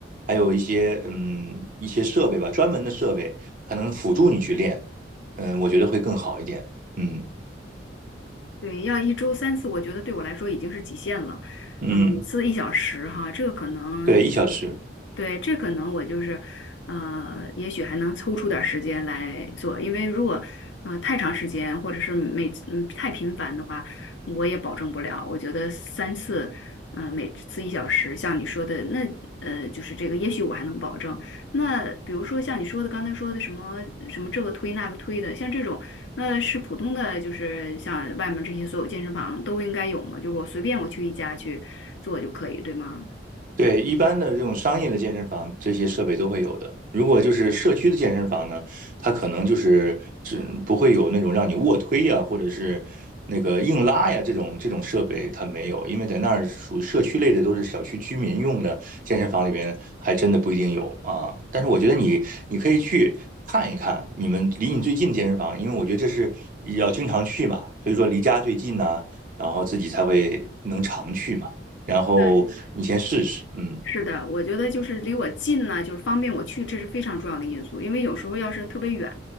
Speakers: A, on the right; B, on the left.
A: 还有一些嗯一些设备吧，专门的设备，它能辅助你去练，嗯，我觉得会更好一点，嗯
B: 对，要一周三次，我觉得对我来说已经是极限了。
A: 嗯，
B: 嗯、每次一小时哈，这个可能，
A: 对，一小时。
B: 对，这可能我就是，呃，也许还能抽出点儿时间来做，因为如果，嗯，太长时间或者是每次嗯太频繁的话，我也保证不了。我觉得三次，嗯、每次一小时，像你说的，那呃，就是这个，也许我还能保证。那比如说像你说的，刚才说的什么什么这个推那个推的，像这种。那是普通的，就是像外面这些所有健身房都应该有吗？就是我随便我去一家去做就可以，对吗？
A: 对，一般的这种商业的健身房，这些设备都会有的。如果就是社区的健身房呢，它可能就是只不会有那种让你卧推呀，或者是那个硬拉呀这种这种设备，它没有，因为在那儿属于社区类的，都是小区居民用的健身房里边，还真的不一定有啊。但是我觉得你你可以去看一看你们离你最近的健身房，因为我觉得这是要经常去嘛，所以说离家最近呢，然后自己才会能常去嘛。然后你先试试，
B: 对，
A: 嗯
B: 是的，我觉得就是离我近呢，就是方便我去，这是非常重要的因素。因为有时候要是特别远，